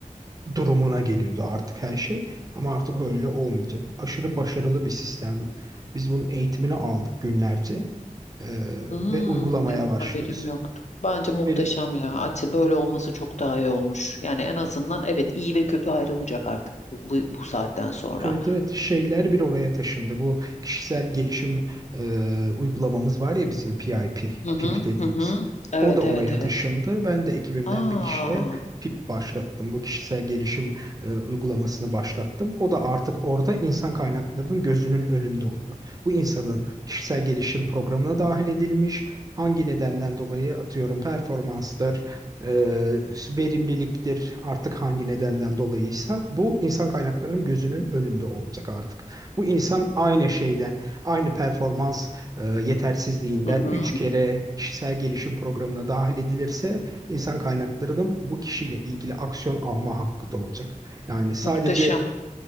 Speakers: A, on the right; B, on the left.
A: durumuna geliyordu artık her şey. Ama artık öyle olmayacak. Aşırı başarılı bir sistem. Biz bunun eğitimini aldık günlerce Ee,
B: Hmm,
A: ve uygulamaya başlıyoruz.
B: haberim yoktu. Bence muhteşem
A: Benim
B: ya. Açı böyle olması çok daha iyi olmuş. Yani en azından evet iyi ve kötü ayrılacak artık bu, bu, bu saatten sonra.
A: Evet evet şeyler bir oraya taşındı. Bu kişisel gelişim e, uygulamamız var ya bizim PIP,
B: Hı hı
A: PIP dediğimiz.
B: hı hı. Evet
A: O da oraya
B: evet evet.
A: taşındı. Ben de ekibimden
B: Aa.
A: bir kişiye PIP başlattım. Bu kişisel gelişim e, uygulamasını başlattım. O da artık orada insan kaynaklarının gözünün önünde oluyor. Bu insanın kişisel gelişim programına dahil edilmiş. Hangi nedenden dolayı atıyorum performanstır, e, verimliliktir artık hangi nedenden dolayıysa bu insan kaynaklarının gözünün önünde olacak artık. Bu insan aynı şeyden, aynı performans e, yetersizliğinden
B: Hı hı.
A: 3 kere kişisel gelişim programına dahil edilirse insan kaynaklarının bu kişiyle ilgili aksiyon alma hakkı da olacak. Yani sadece
B: Muhteşem,